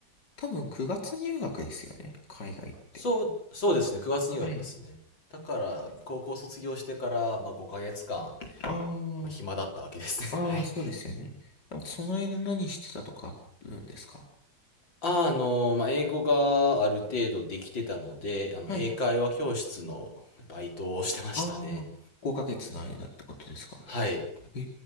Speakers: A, on the left; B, on the left.
A: 多分9月入学ですよね。海外って。
B: そう、そうですね。9月入学ですね。
A: はい。
B: だから、高校卒業してから、まあ、5ヶ月間、
A: あ
B: まあ、暇だったわけですね。
A: あ、ああ、
B: <laughs> はい。
A: そうですよね。なんかその間何してたとかあるんですか
B: ああの、まあ、英語がある程度できてたので、あの、
A: はい。
B: 英会話教室のバイトをしてましたね。
A: ああ、5ヶ月の間ってことですか
B: はい。
A: え